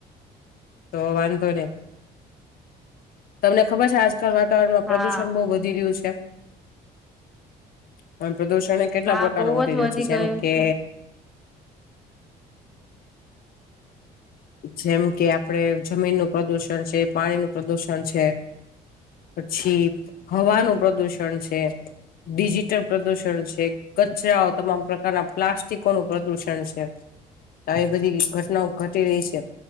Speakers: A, on the left (about 60°); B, in the centre.
A: તો વાંધો નહી- તમને ખબર છે આજકાલ વાતાવરણમાં પ્રદુષણ
B: હા
A: બહુ વધી રહ્યું છે. પણ પ્રદુષણ એ કેટલા
B: હા
A: પ્રકાર
B: બહુ
A: નો વધી
B: જ
A: રહ્યું છે જેમ
B: ગયું
A: કે
B: છે
A: જેમ કે આપડે જમીન નું પ્રદુષણ છે પાણી નું પ્રદુષણ છે. પછી હવાનું પ્રદુષણ છે, ડિજિટલ પ્રદુષણ છે. કચરાઓ તમામ પ્રકારના પ્લાસ્ટિકોનું પ્રદુષણ છે. આવી બધી ઘટનાઓ ઘટી રહી છે